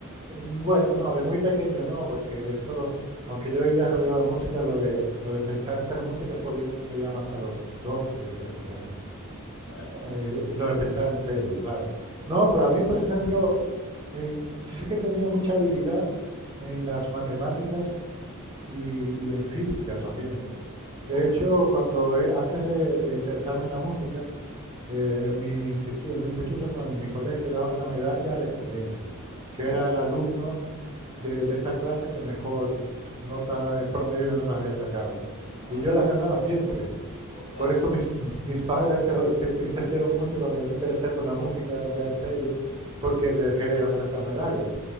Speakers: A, on the right (about 20°); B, on the left (about 50°).
A: Bueno, no, de muy pequeño no, porque eso, aunque yo vivía rodeado de música, lo de, lo de pensar en ser músico, eso vino ya más a los 12, 13 años.
B: ¿Vale?
A: Eh, lo de pensar en serio, claro. No, pero a mí, por ejemplo, en- sí que tenía mucha habilidad en las matemáticas y, y en física también.
B: Wow,
A: De hecho, cuando eh, antes de, de interesarme en la música, Eh, en mi instituto, en mi instituto no, en mi colegio daban la medalla a la excelencia, que
B: ¿vale?
A: era el alumno de, de esa clase que mejor nota, eh, promedio de notas había sacado.
B: Ajá.
A: Y yo las ganaba siempre.
B: Ostras.
A: Por eso mis, mis- mis padres se, se entristecieron mucho cuando yo me interesé por la música, ya en serio, porque dejé de ganar esas medallas,